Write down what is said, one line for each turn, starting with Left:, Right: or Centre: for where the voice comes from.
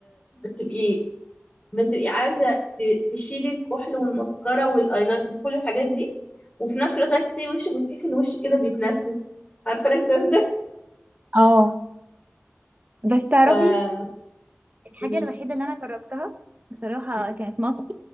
Left: بتبقي بتبقي عايزة ت- تشيلي الكحل والمسكرة والايلاين كل الحاجات دي وفي نفس الوقت عايزة تغسلي وشك وتحسي ان وشك كده بيتنفس عارفة الاحساس ده
Right: اه بس تعرفي
Left: ف
Right: الحاجة
Left: قوليلي
Right: الوحيدة اللي أنا جربتها بصراحة
Left: مم.
Right: كانت ماسك